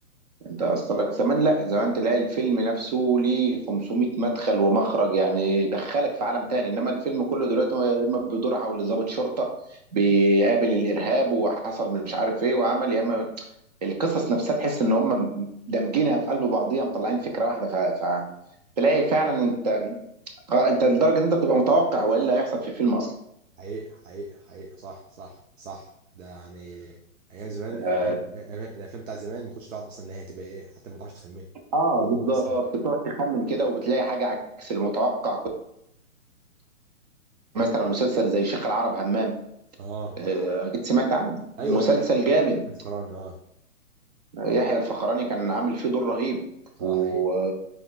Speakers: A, on the right; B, on the right.
A: انت اصلك زمان لا زمان تلاقي الفيلم نفسه ليه 500 مدخل ومخرج يعني يدخلك في عالم تاني انما الفيلم كله دلوقتي هو يا اما بيدور حول ضابط شرطه بيقابل الارهاب وحصل مش عارف ايه وعمل يا اما القصص نفسها تحس ان هم دمجينها في قلب بعضيها مطلعين فكره واحده ف... ف... تلاقي فعلا انت اه انت لدرجه ان انت بتبقى متوقع وايه اللي هيحصل في الفيلم اصلا
B: حقيقة حقيقة حقيقة صح صح صح ده يعني ايام زمان الافلام
A: اه
B: الأفلام بتاع زمان ما كنتش تعرف اصلا النهايه هتبقى ايه حتى ما تعرفش تخمنها
A: آه،
B: الموضوع
A: بالظبط
B: بقى سهل
A: بتقعد تخمن كده وبتلاقي حاجه عكس المتوقع مثلا مسلسل زي شيخ العرب همام
B: اه
A: آه، أكيد سمعت عنه مسلسل
B: ايوه ايوه
A: جامد
B: الفخراني اه
A: يحيى الفخراني كان عامل فيه دور رهيب
B: اه
A: و...
B: حقيقة